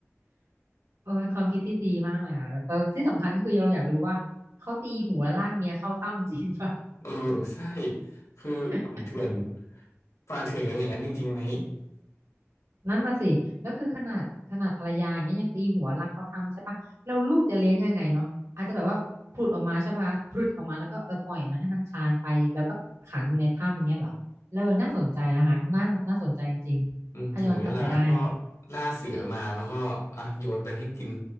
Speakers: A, on the right; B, on the left.
A: เออเป็นความคิดที่ดีมากเลยค่ะแล้วแต่ที่สำคัญก็คือเราอยากรู้ว่าเขาตีหัวลากเมียเข้าถ้ำจริงปะ
B: เออใช่คือป่าเถื่อน
A: <laughs>
B: ป่าเถื่อนกันอย่างนั้นจริงๆไหม
A: นั่นน่ะสิแล้วคือขนาดขนาดภรรยาอย่างเงี้ยยังตีหัวลากเข้าถ้ำใช่ปะเราลูกจะเลี้ยงยังไงเนาะอาจจะแบบว่าผุดออกมาใช่ปะผุดออกมาแล้วก็เออปล่อยมันให้มันคลานไปแล้วก็ขังอยู่ในถ้ำเงี้ยเหรอเออน่าสนใจนะคะน่าน่าสนใจจริงๆถ้าย้อนกลับไปได้เนาะ
B: อืมถึงเวลาก็ล่าเสือมาแล้วก็อ่ะโยนไปให้กิน